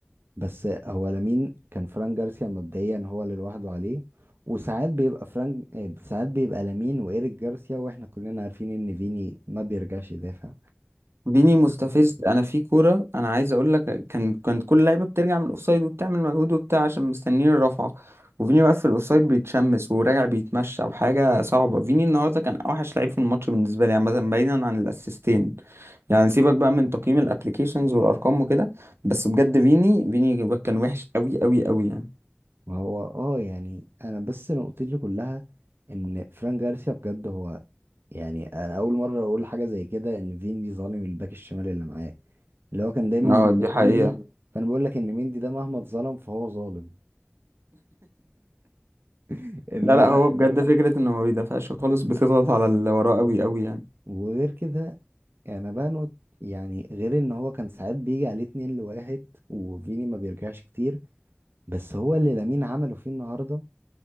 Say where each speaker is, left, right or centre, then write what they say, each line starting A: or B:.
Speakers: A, on the right; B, on the right.
A: بس هو لامين كان فران جارسيا مبدئيا هو اللي لوحده عليه وساعات بيبقى فرانك آه، ساعات بيبقى لامين وإيريك جارسيا واحنا كلنا عارفين ان فيني ما بيرجعش يدافع
B: ديني مستفز انا في كوره انا عايز اقول لك كان كانت كل لعيبه بترجع من الاوفسايد وبتعمل مجهود وبتاع عشان مستنيين الرفعه وفيني واقف في الاوفسايد بيتشمس وراجع بيتمشى وحاجه صعبه فيني النهارده كان اوحش لعيب في الماتش بالنسبه لي عامه بعيدا عن الاسيستين يعني سيبك بقى من تقييم الابلكيشنز والارقام وكده بس بجد فيني فيني كان وحش قوي قوي قوي يعني
A: فهو اه يعني انا بس نقطتي كلها ان فران جارسيا بجد هو يعني انا اول مرة اقول حاجة زي كده ان فيني ظالم الباك الشمال اللي معاه اللي هو كان دايما
B: اه
A: بيبقى
B: دي
A: مندي
B: حقيقه
A: فانا بقول لك ان مندي ده مهما اتظلم فهو ظالم <laughs> انما
B: لا لا هو بجد فكره انه ما بيدافعش خالص بتضغط على اللي وراه قوي قوي يعني
A: وغير كده يعني بانو يعني غير ان هو كان ساعات بيجي عليه اتنين لواحد وفيني ما بيرجعش كتير بس هو اللي لامين عمله فيه النهارده